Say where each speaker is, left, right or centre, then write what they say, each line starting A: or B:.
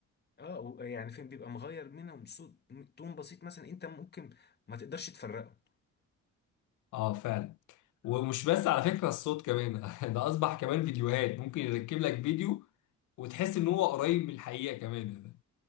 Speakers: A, on the left; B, on the left.
A: اه و- يعني فين بيبقى مغير منهم صوت تون بسيط مثلا انت ممكن ما تقدرش تفرقه
B: اه فعلا ومش بس على فكرة الصوت كمان <laughs> ده أصبح كمان فيديوهات ممكن يركب لك فيديو وتحس إن هو قريب من الحقيقة كمان